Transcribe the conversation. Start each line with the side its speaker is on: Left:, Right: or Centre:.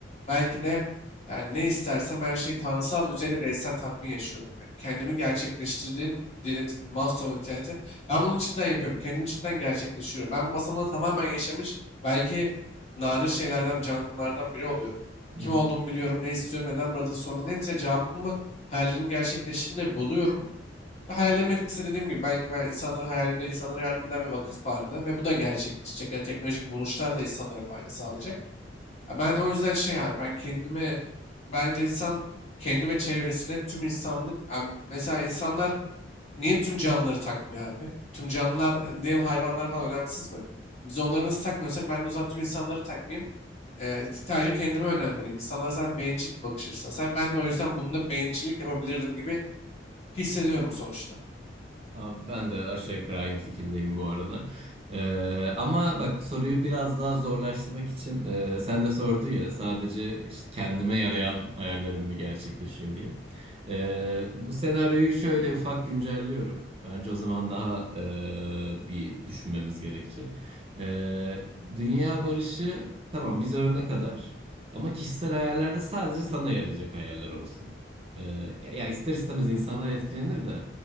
Left: Belki de yani ne istersem her şeyi tanrısal bir düzeyde bireysel tatmin yaşıyorum. Yani kendimi gerçekleştirdiğim dediğimiz Maslow'un nitelikleri. Ben bunu cidden yapıyorum. Kendimi cidden gerçekleştiriyorum. Ben bu basamağı tamamen yaşamış belki nadir şeylerden, canlılardan biri oluyorum.
Right: Hı
Left: Kim
Right: hı.
Left: olduğumu biliyorum, ne istiyorum, neden burada soruların hepsine cevabımı hayallerimi gerçekleştiğimde buluyorum. Ve hayallerimin etkisi dediğim gibi belki ben insanları hayalimde insanlara yardım eden bir vakıf vardı ve bu da gerçekleşecek. Ya teknolojik buluşlar da insanlara fayda sağlayacak. Ya Ben o yüzden şey abi ben kendime bence insan kendi ve çevresine tüm insanlık abi mesela insanlar niye tüm canlıları takmıyor abi? Tüm canlılar e, diyelim hayvanlar falan önemsiz mi? Biz onları nasıl takmıyorsak ben de o zaman tüm insanları takmayayım. E, sadece kendime önem vereyim. İnsanlara zaten bencil bir bakış açısı. Sen- Ben de o yüzden bunda bencillik yapabilirdim gibi hissediyorum sonuçta.
Right: Abi ben de aşağı yukarı aynı fikirdeyim bu arada. Ee, ama bak soruyu biraz daha zorlaştırmak için e, sen de sordun ya sadece işte kendime yarayan hayallerim mi gerçekleşiyor diye. Ee, bu senaryoyu şöyle ufak güncelliyorum. Bence o zaman daha e, bir düşünmemiz gerekecek. Ee, dünya barışı tamam biz ölene kadar ama kişisel hayallerde sadece sana yarayacak hayaller olsun. Ee, ya ister istemez insanlar etkilenir de.